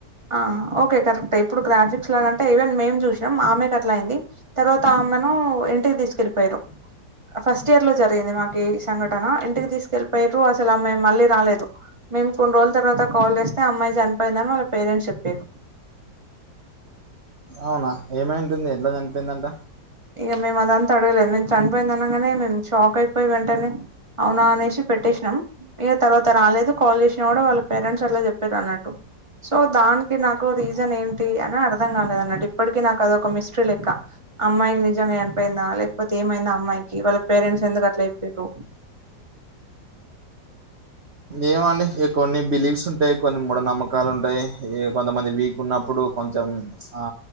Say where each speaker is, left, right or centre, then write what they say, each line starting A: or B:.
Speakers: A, on the right; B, on the right.
A: ఆ ఓకే కరెక్టే ఇప్పుడు గ్రాఫిక్స్ లాగ అంటే ఈవెన్ మేం చూసినం ఆమెకట్ల అయ్యింది తర్వాత ఆమనూ ఇంటికి తీసుకెళ్ళిపోయారు ఫస్ట్ ఇయర్ లో జరిగింది మాకీ సంఘటన ఇంటికి తీస్కెళ్ళిపోయిరు అస్సలు ఆమె మళ్ళీ రాలేదు మేము కొన్ని రోజుల తర్వాత కాల్ చేస్తే అమ్మాయి చనిపోయిందని వాళ్ళ పేరెంట్స్ చెప్పిర్
B: అవునా ఏమైయుంటుంది ఎట్ల చనిపోయిందంట
A: ఇక మేమదంతా అడగలే మేము చనిపోయింది అనంగనే మేము షాక్ అయిపోయి వెంటనే ఔనా అనేసి పెట్టేష్నం ఇగ తర్వాత రాలేదు కాల్ జేస్నా గూడా వాళ్ళ పేరెంట్స్ అట్ల చెప్పిరన్నట్టు సో దాన్కి నాకు రీజన్ ఏంటి అని అర్థం కాలేదు అన్నట్టు ఇప్పటికీ నాకు అదొక మిస్ట్రీ లెక్క అమ్మాయి నిజంగా చనిపోయిందా లేక్పోతే ఏమైందా అమ్మాయికి వాళ్ళ పేరెంట్స్ ఎందుకు అట్ల చెప్పిర్రూ
B: ఏమో అండి కొన్ని బిలీవ్స్ ఉంటయ్ కొన్ని మూఢ నమ్మకాలుంటై ఈగ్ కొంతమంది వీకున్నప్పుడు కొంచెం ఆ